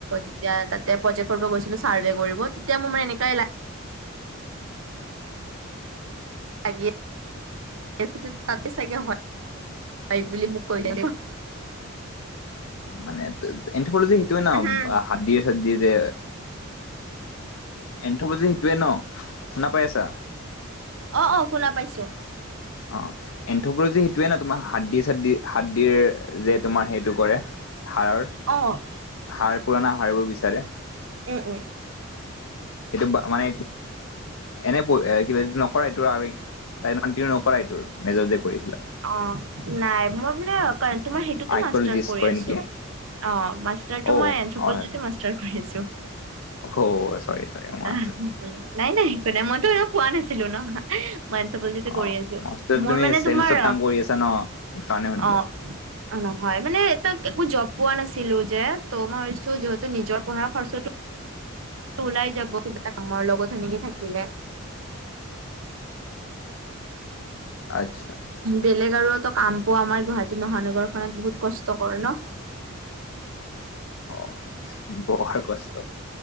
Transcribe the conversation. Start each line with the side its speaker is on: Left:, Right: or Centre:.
Right: তেতিয়া তাত। তেতিয়া প্ৰজেক্ট কৰিব গৈছিলো ছাৰ্ভে কৰিব তেতিয়া মোৰ মান এনেকুৱাই লাগ লাগে তাতে চাগে হয় হয় বুলি মোক কৈলে।
Left: মানে এনথপলজি সেইটোৱে ন
Right: উম
Left: হাত দিয়ে চাত দিয়ে যে এন্থপজি সেইটোৱে ন শুনা পাই আছা
Right: অ অ শুনা পাইছো।
Left: অ এন্থপলজি সেইটোৱে ন তোমাৰ হাত দি চ হাতদিৰ যে তোমাৰ সেইটো কৰে। হাড়ৰ
Right: অ
Left: হাৰ পুৰণা হাড়বোৰ বিচাৰে
Right: উ উ
Left: সেইটো বা মানে এনে এ কিবা যটো নকৰাটো আৰু তাই <unintelligible> নকৰাই তোৰ মেজৰ কৰিছিলা
Right: অ নাই মই মানে তোমাৰ সেইটোতে
Left: আৰ্কিঅলজিষ্ট
Right: মাষ্টাৰ কৰি
Left: কয়
Right: আছো।
Left: নেকি
Right: অ মাষ্টাৰটো
Left: অ
Right: মই এনথপলিজিটো
Left: হয়
Right: মাষ্টাৰ কৰি আছো।
Left: অ চৰি চৰি মই
Right: উ নাই নাই একো নাই মই পোৱা নাছিলো ন। এনথপলিজিতে
Left: অ
Right: কৰি আছো।
Left: মইত
Right: মোৰ
Left: তুমি
Right: মানে
Left: চেলচত
Right: তোমাৰ তোমাৰ
Left: কাম কৰি আছা ন সেইকাৰণে সুধিলো
Right: অ নহয়। মানে তাত একো জ্বব পোৱা নাছিলো যে ত' মই ভাবিছো যিহেতু নিজৰ পঢ়া খৰচটো ওলাই যাব কিবা এটা কামৰ লগত সেনেকে থাকিলে
Left: আচ্ছা
Right: বেলেগ আৰুত কাম পোৱা আমাৰ গুৱাহাটী মহানগৰ খত বহুত কষ্টকৰ ন
Left: অ বৰ কষ্ট